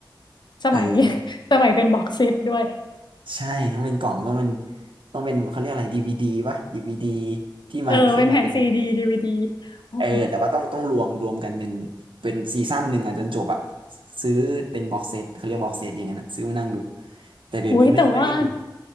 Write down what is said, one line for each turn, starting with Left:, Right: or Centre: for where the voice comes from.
Left: สมัย
Right: เออ
Left: <laughs> สมัยเป็นบ็อกเซตด้วย
Right: ใช่ต้องเป็นกล่องต้องเป็นต้องเป็นเขาเรียกอะไรดีวีดีปะดีวีดีที่มาที่มาเป็น
Left: เออเป็นแผ่นซีดีดีวีดีโอ้โห
Right: เออแต่ว่าต้องต้องรวมรวมกันเป็นเป็นซีซั่นหนึ่งอะจนจบอะซื้อเป็นบ็อกเซตเขาเรียกบ็อกเซตอย่างนั้นอะซื้อมานั่งดูแต่เดี๋ยวนี้ไม่ค่อยดู
Left: อุ้ยแต่ว่า